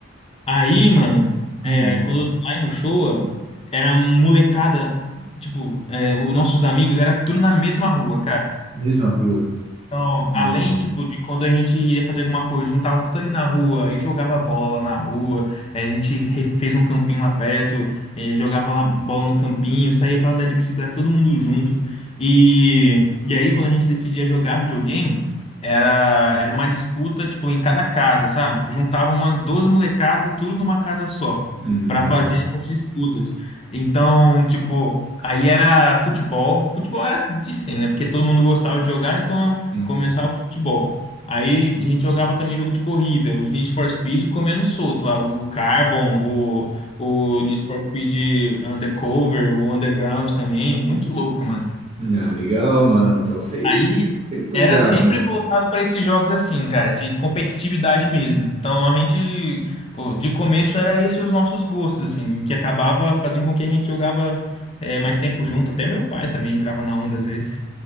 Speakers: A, on the left; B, on the right.
A: aí, mano, é,
B: Hum,
A: quando lá em Uchoa era molecada, tipo, é, os nossos amigos era tudo na mesma rua, cara.
B: mesma rua.
A: Então,
B: Nossa.
A: além, tipo, de quando a gente ia fazer alguma coisa, juntava tudo ali na rua e jogava bola lá na rua. eh, A gente re- fez um campinho lá perto, eh, jogava lá bola no campinho, saía pra andar de bicicleta todo mundo junto. E, e aí, quando a gente decidia jogar videogame, era, era uma disputa, tipo, em cada casa, sabe? Juntava umas 12 molecadas, tudo numa casa só,
B: Hum,
A: pra
B: Nossa.
A: fazer essas disputas. Então, tipo... Aí era futebol. Futebol era de sempre, né? Porque todo mundo gostava de jogar, então
B: Hum.
A: começava com futebol. Aí
B: hum.
A: a gente jogava também jogo de corrida, os Need for Speed comendo solto lá, o Carbon, o, o Need for Speed Undercover, o Underground também, muito louco, mano.
B: Ah, legal, mano. Então vocês,
A: Aí
B: vocês manjavam.
A: era sempre voltado para esses jogos assim, cara, de competitividade mesmo. Então a gente, o- de começo era esses os nossos gostos, assim, o que acabava fazendo com que a gente jogava eh, mais tempo junto. Até meu pai também entrava na onda às vezes.